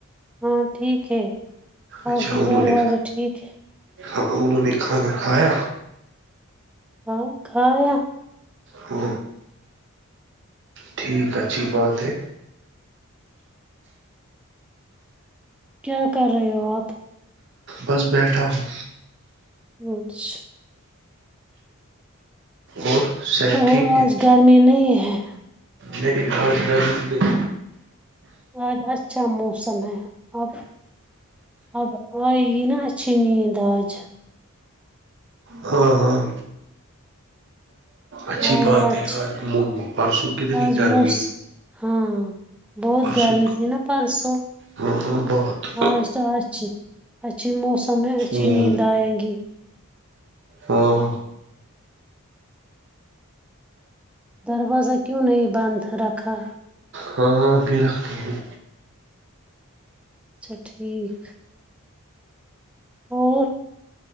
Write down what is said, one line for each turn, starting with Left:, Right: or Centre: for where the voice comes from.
Centre: ہاں ٹھیک ہے
Right: اچھا
Centre: آپ کے
Right: انہوں
Centre: گھر
Right: نے
Centre: والے ٹھیک ہے
Right: ہاں انہوں نے کھانا کھایا
Centre: آقایا
Right: ہ ٹھیک اچھی بات ہے
Centre: کیا کر رہے ہو آپ
Right: بس بیٹھا ہوں
Centre: اچھ
Right: اور شت
Centre: اور
Right: ٹھیک ہے
Centre: آج گرمی نہیں ہے
Right: نہیں آج گھر د
Centre: آج اچھا موسم ہے اب اب آئے گی نا چینی داج
Right: ہاں ہاں اچھی
Centre: ہاں
Right: بات
Centre: اچھی
Right: ہے آج پرسوں کتنی
Centre: آج
Right: گرمی
Centre: موس ہاں بہت
Right: پرسوں
Centre: گرمی تھی نا پرسوں
Right: ہاں بہت
Centre: آج تو اچ اچچ موسم ہے
Right: ہوں
Centre: اھی نیندائگی
Right: ہاں
Centre: دروازہ کیوں نہیں بند رکھا
Right: ہاں بے رکھتا ہوں
Centre: اچھا ٹھیک اور